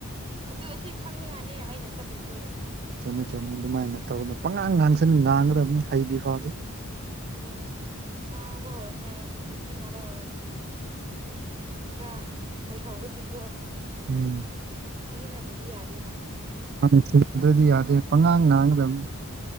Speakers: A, on the right; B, on the right.
A: ꯑꯗꯨ ꯑꯁꯤ ꯈꯪꯅꯤꯡꯉꯥꯏꯅꯦ ꯑꯩꯅ ꯆꯠꯂꯤꯁꯦ
B: ꯆꯨꯝꯃꯦ ꯆꯨꯝꯃꯦ ꯑꯗꯨꯃꯥꯏꯅ ꯇꯧꯕꯗ ꯄꯉꯥꯡ ꯉꯥꯡꯁꯤꯟ ꯉꯥꯡꯒꯗꯕꯅꯤ ꯍꯩꯗꯤ ꯐꯥꯎꯗꯤ
A: ꯍꯣꯏ ꯉꯥꯡꯕ ꯍꯧꯔꯅꯤ ꯑꯩ ꯁꯤꯖꯤꯟꯅꯕ ꯍꯧꯔꯅꯤ ꯈꯔ ꯍꯩꯍꯧꯕꯁꯤꯡꯗꯣ
B: ꯎꯝ
A: ꯁꯤꯖꯤꯟꯅꯗ꯭ꯔꯗꯤ ꯌꯥꯗꯦꯅ
B: ꯑꯪ ꯁꯤꯖꯤꯟꯅꯗ꯭ꯔꯗꯤ ꯌꯥꯗꯦ ꯄꯉꯥꯡ ꯉꯥꯡꯒꯗꯝꯅꯤ